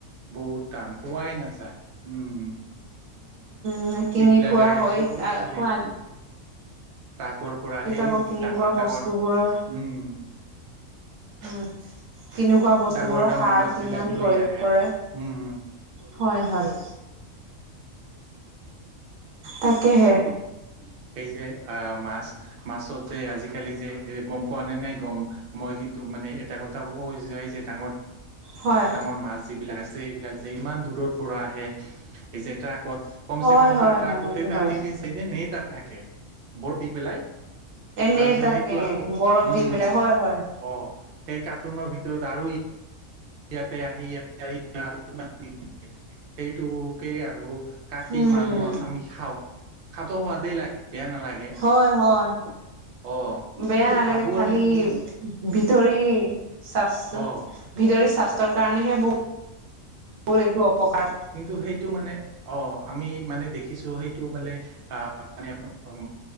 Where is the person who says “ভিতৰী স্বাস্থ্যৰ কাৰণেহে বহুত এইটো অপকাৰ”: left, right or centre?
Right